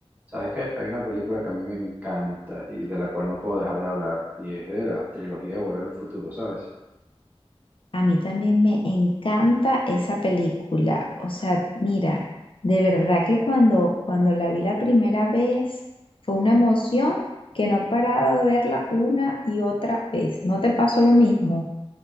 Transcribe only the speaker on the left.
A mí también me encanta esa película. O sea, mira, de verdad que cuando, cuando la vi la primera vez fue una emoción que no he parado de verla una y otra vez. ¿No te pasó lo mismo?